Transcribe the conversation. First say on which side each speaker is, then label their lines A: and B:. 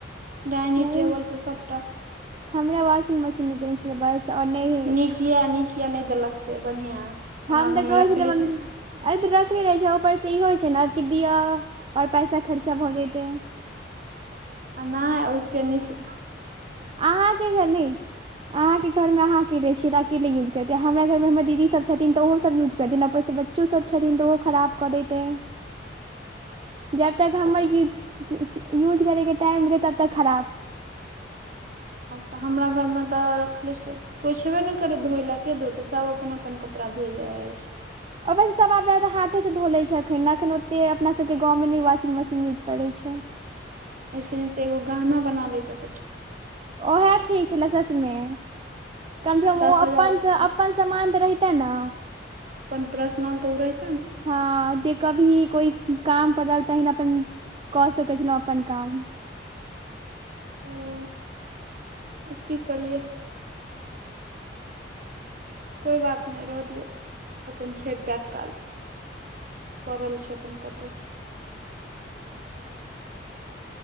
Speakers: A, on the right (about 45°); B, on the right (about 30°).
A: डाइनिंग
B: नहि
A: टेबल सब सबटा
B: हमरा वाशिंग मशीन नहि देने छलै बस आओर नहि
A: नीक किया नीक या नै देलक से बढ़िया। हमरा
B: हम
A: घर
B: त
A: मे
B: कहै
A: रखले
B: छलियै मम्मी
A: छै।
B: अरे त रखले रहै छै ऊपर स इहो होइ छैय न कि दियऽ और पैसा खर्चा भ जइतेै।
A: आ नय उसके निसे
B: अहाँ के घर नीक अहाँ के घरमे अहाँ अकेले छियै त के यूज करतै हमरा घरमे हमर दीदी सभ छथिन त ओहो सब यूज करथिन न ऊपर स बच्चो सभ छथिन त ओहो खराब कऽ देयतै। जबतक हमर यु यूज करैके टाइम एतै तबतक खराब।
A: ह हमरा घरमे त रखले छैय। कोइ छेबे नै करै धोय लए के धोतय सभ अपन- अपन कपड़ा धोइ जाइ-जाइ छैय।
B: अपन सभ आब जादा हाथे स धोलय छैय एखन- एखन ओते अपना सभके गाँवमे नै वाशिंग मशीन यूज करै छैय।
A: अइ स नीक त एगो गहना बना लैतौं।
B: ओहै ठीक छले सचमे। कम से कम
A: दस
B: ओ अपन-
A: हजार
B: अपन समान त रहिते न।
A: अपन प्रशनल त उ रैह
B: हँ जे कभी कोइ काम परल तहैन अपन कऽ सकै छलौं अपन काम।
A: हँ अब की करियै। कोइ बात नै रहऽ दियौ अपन छैय तात्काल। पड़ल छैय अपन कतौ।